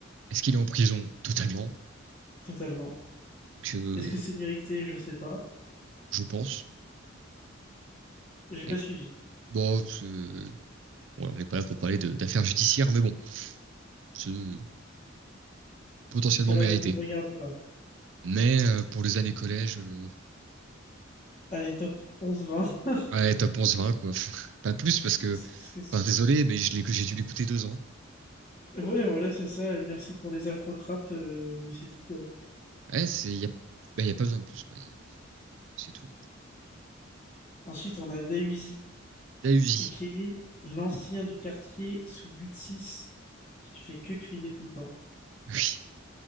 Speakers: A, on the right; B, on the left.
A: Est-ce qu'il est en prison Totalement.
B: Totalement.
A: Que
B: Est-ce que c'est mérité? Je sais pas.
A: je pense.
B: J'ai pas
A: Et,
B: suivi.
A: bon, c'est- ouais, on n'est pas là pour parler de- d'affaires judiciaires, mais bon, c'est potentiellement
B: Cela
A: mérité.
B: ne nous regarde pas.
A: Mais euh, pour les années collège, euh,
B: Allez, top onze vingt <laughs> Parce
A: Ouais, top 11-20, quoi. <laughs> Pas plus, parce que,
B: que c'est-
A: enfin, désolé, mais je l'ai, j'ai dû l'écouter deux ans. quoi.
B: Ouais, voilà, c'est ça. Merci pour les afro-trappes, euh, mais c'est tout, quoi.
A: Ouais, c'est, y a, bah, y a pas besoin de plus, quoi. Y a- C'est tout, quoi.
B: Ensuite, on a Dayuzi,
A: La Uzi.
B: aka
A: <laughs>
B: l'ancien du quartier sous huit six qui fait que crier tout le temps.
A: Oui.